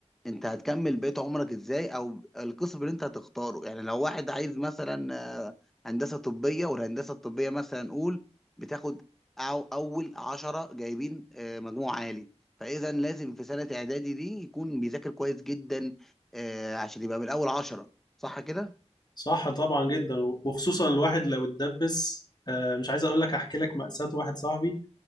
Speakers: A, in the centre; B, on the left.
A: انت هتكمل بقيت عمرك ازاي او القسم اللي انت هتختاره يعني لو واحد عايز مثلا آه، هندسه طبيه والهندسه الطبيه مثلا نقول بتاخد أو اول عشرة جايبين آه، مجموع عالي فاذا لازم في سنه اعدادي دي يكون بيذاكر كويس جدا آه، عشان يبقى من اول عشرة صح كده
B: صح طبعا جدا وخصوصا الواحد لو اتدبس آه، مش عايز اقول لك احكي لك مأساة واحد صاحبي